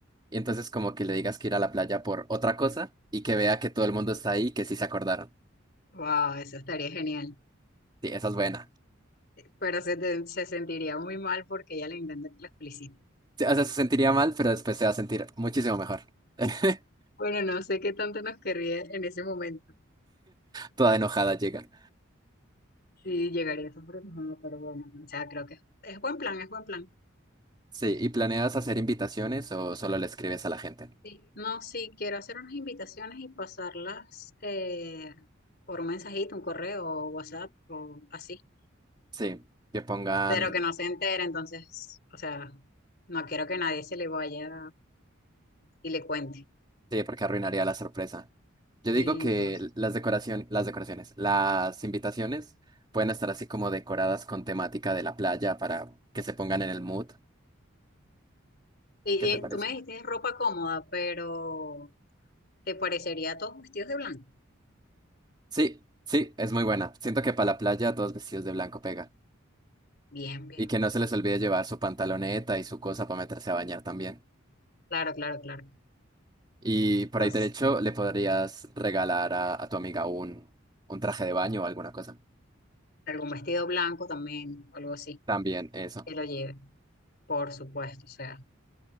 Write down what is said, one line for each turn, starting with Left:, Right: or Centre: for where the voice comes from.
Right: Y entonces como que le digas que ir a la playa por otra cosa y que vea que todo el mundo está ahí y que sí se acordaron.
Left: Wow, eso estaría genial.
Right: Sí, esa es buena.
Left: Pero se, te- se sentiría muy mal porque ella le intenta que la felicite.
Right: Sí, O sea, se sentiría mal, pero después se va a sentir muchísimo mejor. <laughs>
Left: Bueno, no sé qué tanto nos querría en ese momento.
Right: Toda enojada llega.
Left: Sí, llegaría a sorprendernos, pero bueno, o sea, creo que es buen plan, es buen plan.
Right: Sí, ¿y planeas hacer invitaciones o solo le escribes a la gente?
Left: Sí, No, sí, quiero hacer unas invitaciones y pasarlas eh, por un mensajito, un correo o WhatsApp o así,
Right: Sí, que pongan,
Left: pero que no se entere, entonces, o sea, no quiero que nadie se le vaya y le cuente.
Right: sí, porque arruinaría la sorpresa. Yo
Left: Y
Right: digo que
Left: entonces,
Right: las decoración, las decoraciones, las invitaciones pueden estar así como decoradas con temática de la playa para que se pongan en el mood.
Left: y,
Right: ¿Qué te parece?
Left: y tú me dijiste ropa cómoda, pero ¿te parecería todos vestidos de blanco?
Right: Sí, sí, es muy buena. Siento que para la playa todos vestidos de blanco pega.
Left: Bien, bien,
Right: Y que no se les olvide llevar su pantaloneta y su cosa para meterse a bañar también.
Left: claro, claro, claro.
Right: Y por
Left: Entonces,
Right: ahí derecho le podrías regalar a, a tu amiga un, un traje de baño o alguna cosa.
Left: algún vestido blanco también, o algo así,
Right: También eso.
Left: que lo lleve, por supuesto, o sea,